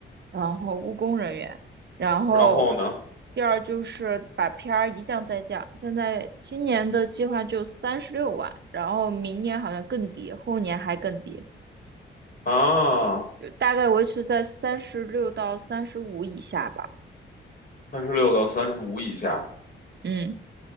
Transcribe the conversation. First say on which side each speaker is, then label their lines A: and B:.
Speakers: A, on the right; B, on the left.
A: 然后务工人员，然后
B: 然后呢，
A: 第二就是把 PR 一降再降。现在今年的计划就三十六万，然后明年好像更低，后年还更低，
B: 啊，
A: 就大概维持在三十六到三十五以下吧。
B: 三十六到三十五以下，
A: 嗯。